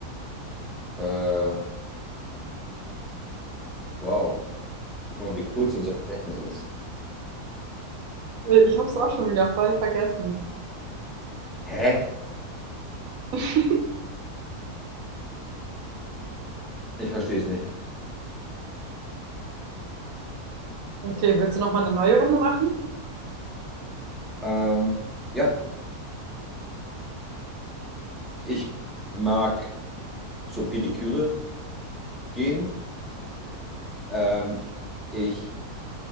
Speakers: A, in the centre; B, on the right.
A: Äh, wow. Guck mal, wie kurz unser Gedächtnis ist.
B: ich habe es auch schon wieder voll vergessen.
A: Hä?
B: <laughs>
A: Ich verstehe es nicht.
B: Okay, willst du nochmal eine neue Runde machen?
A: Ähm, ja, ich mag zur Pediküre gehen. Ähm, ich